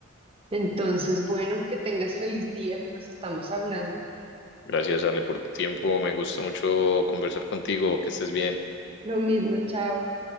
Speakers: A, on the right (about 30°); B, on the left (about 55°).
A: Entonces, bueno, que tengas feliz día, nos estamos hablando.
B: Gracias, Ale, por tu tiempo. Me gustó mucho conversar contigo. Que estés bien.
A: Lo mismo, chao.